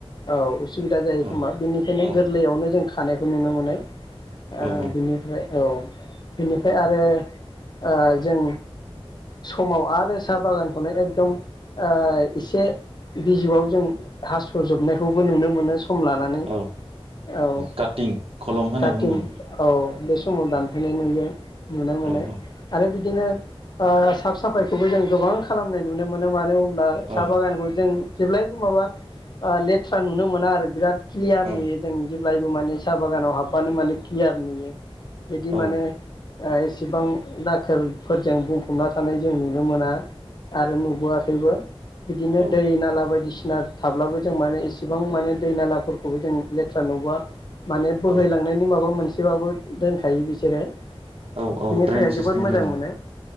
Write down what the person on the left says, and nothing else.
औ उसुबिदा जायो।
खोमा बेनिखायनो
गोरलैयावनो जों खा खानायखौ नुनो मोनो।
ओ बिनिफ्राय औ। बेनिफ्राय आरो ओ जों समाव आरो साहा बागानखौनो एकदम ओ एसे बिजौआव जों हासजोबनायखौबो नुनो मोनो स सम लानानै
औ
काटिं
औ बे
समाव
दानफायनाय नुयो नुनो मोनो
आरो बिदिनो साफ साफायखौबो जों गोबां खालामनाय नुनो मोनो मानोे ब्ला
साहा बागानखौ जों जेब्लायबो माबा ओ लेथ्रा नुनो मोना आरो बिराद क्लियार
नुयो जों जेब्लायबो माने साहा बागानाव हाबबानो माने क्लियार नुयो। बिदि
माने ओ एसेबां दाखोरफोरजों बुं फबना थानाय जों नुनो मोना। आरो नुबोआखैबो बिदिनो
दै नाला बायदिसि ना थाब्लाबो जों माने एसेबां माने दै नालाफोरखौबो जों लेथ्रा नुबांङा। माने बोहैलांनायनि
माबा मोनसे एसेबाबो दोनखायो बिसोरो
बिनि
थाखाय
जोबोद मोजां
मोनो